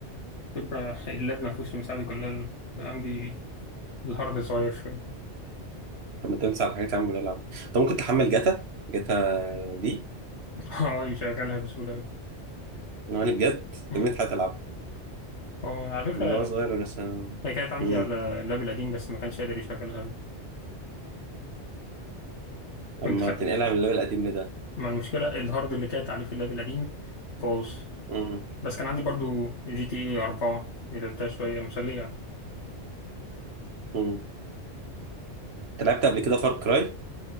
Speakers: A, on the left (about 70°); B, on the right (about 65°).
A: فكرة اللاب ما فيهوش المساحة دي كلها عندي الهارد صغير شوية
B: طب ما تمسح الحاجات يا عم ونلعب طب ممكن تحمل جاتا جاتا دي
A: <laughs> اه يشغلها بسهولة أوي.
B: ناني بجد
A: امم
B: النت هتلعبها
A: هو على فكرة
B: من وانا صغير وانا مثلا
A: هي كانت عندي
B: امم
A: على اللاب القديم بس ما كانش قادر يشغلها
B: طب
A: كنت
B: ما
A: خدت
B: تنقلها من الليفل القديم لده
A: ما المشكلة الهارد اللي كانت عليه في اللاب القديم باظ
B: امم
A: بس كان عندي برضو جي تي اي أربعة اللي لعبتها شوية مسلية
B: امم انت لعبت قبل كده فار كراي